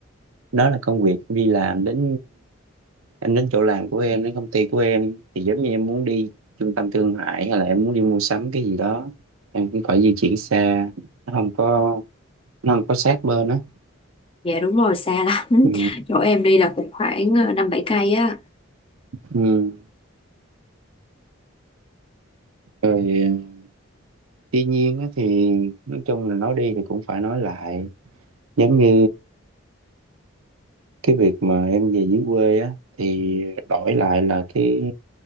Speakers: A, on the right; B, on the left.
A: đó là công việc em đi làm đến em đến chỗ làm của em đến công ty của em thì giống như em muốn đi trung tâm thương mại hay là em muốn đi mua sắm cái gì đó em cũng phải di chuyển xa nó không có nó không có sát bên á
B: dạ đúng rồi xa lắm
A: ừ.
B: <laughs> chỗ em đi là cũng khoảng ờ, năm bảy cây á
A: Ừ. rồi tuy nhiên á thì nói chung là nói đi thì cũng phải nói lại giống như cái việc mà em về dưới quê á thì đổi lại là cái